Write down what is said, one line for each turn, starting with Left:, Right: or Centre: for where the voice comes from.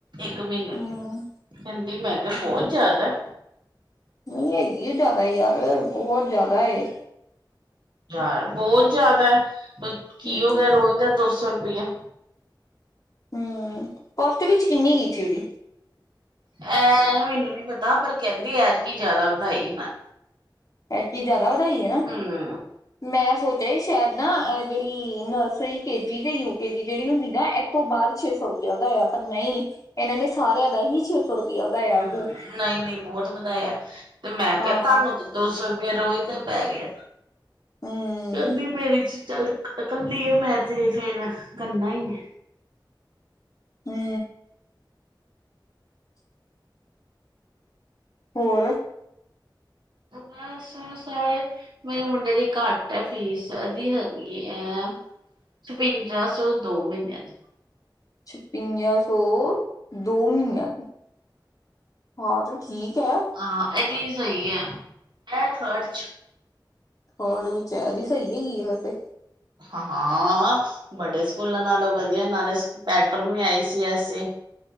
Right: ਇੱਕ ਮਹੀਨੇ
Left: ਹਮ
Right: ਦੀ ਕੇਂਦੀ ਮੈ ਕਿਹਾੳ ਬੋਤ ਜਾਦਾ।
Left: ਨੀ ਹੈਗੀ ਏ ਜਾਦਾ ਯਾਰ ਬੋਹਤ ਜਾਦਾ ਏ।
Right: ਯਾਰ ਬੋਤ ਜਾਦਾ ਕੀ
Left: ਹਮ
Right: ਹੋ ਗਿਆ ਰੋਜ਼ ਦਾ ਦੋ ਸੌ ਰੁਪਇਆ।
Left: ਹੂੰ <unintelligible> ਵਿੱਚ ਇੰਨੀ ਇਚ ਦੀ।
Right: ਐਂ ਮੈਨੂੰ ਨੀ ਪਤਾ ਪਰ ਕੇੰਦੇ ਐਤਕੀ ਜਾਦਾ ਵਧਾਈ ਇਨਾ
Left: ਐਕਤੀ ਜਾਦਾ ਵਧਾਈ ਏ?
Right: ਹੂੰ।
Left: ਮੈਂ ਸੋਚਿਆ ਸੀ ਸ਼ੇਦ ਨਾ ਐ ਜੇੜੀ ਨਰਸਰੀ, ਕੇਜੀ ਤੇ ਯੂ ਕੇਜੀ ਜੇੜੀ ਹੁੰਦੀ ਨਾ ਏਥੋ ਬਾਦ ਛੇ ਸੌ ਰੁਪਇਆ ਵਧਾਇਆ ਪਰ ਨਈ ਏਨਾਂ ਨੇ ਸਾਰਿਆਂ ਦਾ ਹੀ ਛੇ ਸੌ ਰੁਪਿਆ ਵਧਾਇਆ।
Right: ਹਾਂ
Left: ਅੱਗੋਂ
Right: ਨਈ ਨਈ ਬੋਤ ਵਧਾਇਆ ਤੇ ਮੈਂ
Left: ਹਾਂ
Right: ਕਿਆ ਤਾਨੂੰ ਦੋ ਸੌ ਰੁਪਈਆ ਰੋਜ ਦਾ ਪੈ ਗਿਆ
Left: ਹਮ
Right: ਤਦੀ ਮੇਰੀ ਚ ਚਲ ਕੱਲੀ ਏ ਮੈਂ ਤੇ ਫੇਰ ਕਰਨਾ ਈ ਐ।
Left: ਹੂੰ। ਹੋਰ
Right: ਬਸ <unintelligible> ਮੇਰੇ ਮੁੰਡੇ ਦੀ ਘੱਟ ਆ ਫੀਸ ਐਦੀ ਹੈਗੀ ਐ ਛਪਿੰਜਾ ਸੌ, ਦੋ ਮੀਨਿਆ ਦੀ।
Left: ਛਪਿੰਜਾ ਸੌ ਦੋ ਮੀਨੀਆਂ ਦੀ। ਹਾਂ ਤੇ ਠੀਕ ਐ।
Right: ਹਾਂ ਏਦੀ ਸਈ ਐ ਖਰਚ
Left: ਹੋਰ ਵਿਚਾਰੀ ਸਈ ਹੈਗੀ ਏ ਫੇਰ ਤੇ।
Right: ਹਾਂ ਆ ਬੜੇ ਸਕੂਲਾਂ ਨਾਲੋਂ ਵਧੀਆ ਨਾਲੇ Patton we I C S A.